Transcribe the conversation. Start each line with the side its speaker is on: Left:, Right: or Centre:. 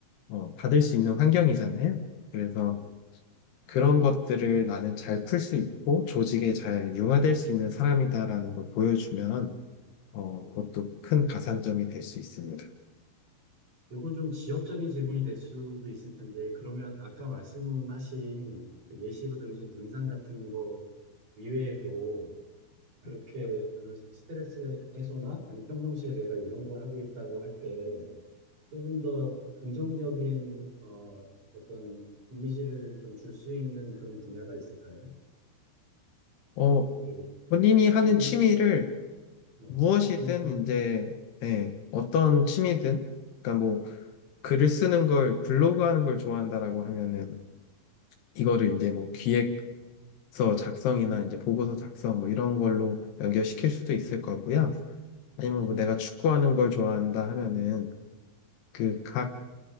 Left: 어, 받을 수 있는 환경이잖아요. 그래서
Right: 그,
Left: 그런 것들을 나는 잘 풀 수 있고 조직에 잘 융화될 수 있는 사람이다라는 걸 보여주면 어,
Right: 어,
Left: 그것도
Right: 예.
Left: 큰 가산점이 될 수 있습니다.
Right: 요건 좀 지역적인 질문이 될 수도 있을 텐데 그러면 아까 말씀하신 그 예시로 들으신 등산 같은 거 이외에도 그렇게 그런 스트레스 해소나 아니 평상시에 내가 이런 걸 하고 있다고 할때 조금 더 긍정적인 어, 어떤 이미지를 좀 줄 수 있는 그런 분야가 있을까요?
Left: 어,
Right: 그러니까 예를 들면
Left: 본인이
Right: 뭐
Left: 하는
Right: 운동,
Left: 취미를
Right: 네,
Left: 무엇이든
Right: 어떤 거든 상관없어요.
Left: 이제 네, 어떤 취미든 그러니까 뭐 글을 쓰는 걸 블로그 하는 걸 좋아한다라고 하면은 이거를 이제 뭐 기획서 작성이나 이제 보고서 작성 뭐 이런 걸로 연결시킬 수도 있을 거고요. 아니면 뭐 내가 축구하는 걸 좋아한다 하면은 그각